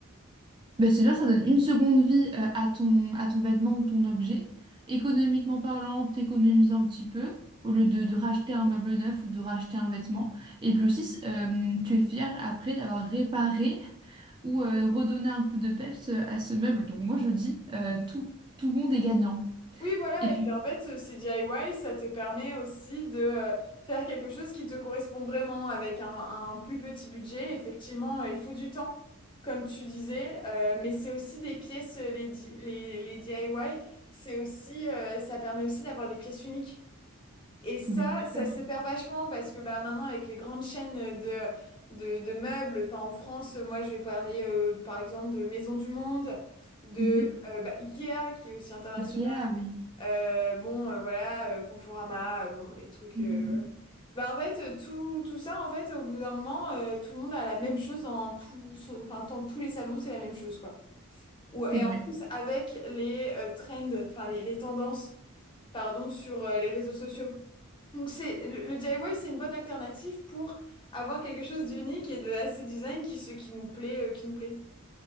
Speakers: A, on the right; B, on the left.
A: Ben, c'est bien, ça donne une seconde vie euh, à ton, à ton vêtement ou ton objet. Économiquement parlant, t'économises un petit peu au lieu de, de racheter un meuble neuf ou de racheter un vêtement. Et puis aussi, euh, tu es fier après d'avoir réparé <laughs> ou euh, redonné un coup de peps euh, à ce meuble. Donc moi, je dis, euh, tout, tout le monde est gagnant.
B: Oui, voilà.
A: Et
B: Et
A: puis,
B: puis en fait, euh, ces DIY, ça te permet aussi de euh, faire quelque chose qui te correspond vraiment avec un, un plus petit budget. Effectivement, euh, il faut du temps, comme tu disais. euh, mais c'est aussi des pièces, euh, les, di- les, les DIY, c'est aussi, euh, ça permet aussi d'avoir des pièces uniques. Et ça,
A: oui, tout
B: ça
A: à
B: se
A: fait.
B: perd vachement parce que bah, maintenant, avec les grandes chaînes euh, de, de, de meubles, enfin en France, moi, je vais parler euh, par exemple de Maison du Monde, de
A: Mhm.
B: euh, bah, Ikea, qui est aussi international
A: Ikea, oui.
B: euh, bon, euh, voilà, euh, Conforama, euh, bon, les trucs.
A: Mm,
B: euh,
A: mm, mm.
B: Bah, en fait, euh, tout, tout ça, en fait, au bout d'un moment, euh, tout le monde a la même chose dans tout, son- enfin, dans tous les salons, c'est la même chose, quoi. Ou,
A: C'est
B: et
A: vrai.
B: en plus, avec les euh, trends, enfin, les, les tendances, pardon, sur euh, les réseaux sociaux. Donc, c'est, le, le DIY, c'est une bonne alternative pour avoir quelque chose d'unique et de assez design qui, se- qui nous plaît, euh, qui nous plaît.